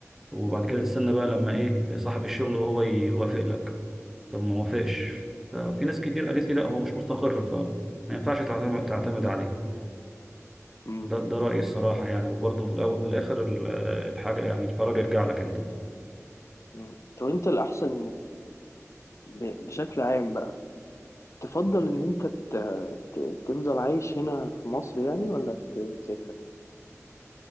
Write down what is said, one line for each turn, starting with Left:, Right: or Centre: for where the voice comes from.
Centre: وبعد كده
Left: أمم،
Centre: تستنى بقى لما ايه صاحب الشغل وهو يوافق لك طب ما وافقش ففي ناس كتير قالت لي لا هو مش مستقر فما ينفعش تعتمد تعتمد عليه
Left: أمم.
Centre: ده ده رأيي الصراحة يعني وبرضه في الأول في الآخر ال- الحاجة يعني القرار يرجع لك أنت
Left: مم. طب انت الاحسن ب- بشكل عام بقى تفضل ان انت ت... ت... تفضل عايش هنا في مصر يعني ولا تسافر